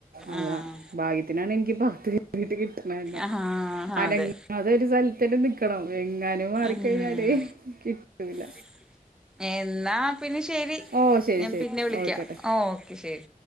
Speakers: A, on the right; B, in the centre.
A: അതാ
B: ആഹ്
A: ഭാഗ്യത്തിനാണ് എനിക്ക് ഭഗത്ത് കീട്ട് കിട്ടണന്നെ
B: ആഹാ
A: അന
B: അതെ
A: അതൊരു സ്ഥൽത്തെന്നെ നിക്കണം എങ്ങാനും മാറിക്കയ്ഞ്ഞാല്
B: ഒരു കാല്
A: കിട്ടൂല
B: കിട്ടൂല. എന്നാ പിന്നെ ശെരി
A: ഓ ശരി
B: ഞാൻ
A: ശരി
B: പിന്നെ വിളിക്കാ
A: ഓയിക്കോട്ടെ
B: ഓക്കെ ശെരി